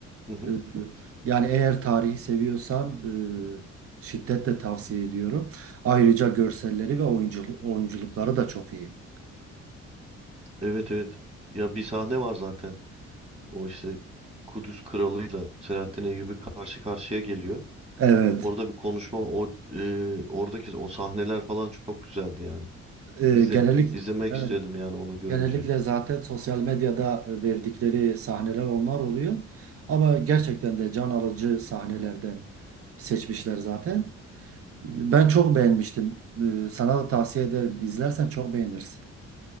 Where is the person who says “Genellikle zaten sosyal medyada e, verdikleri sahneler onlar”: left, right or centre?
Right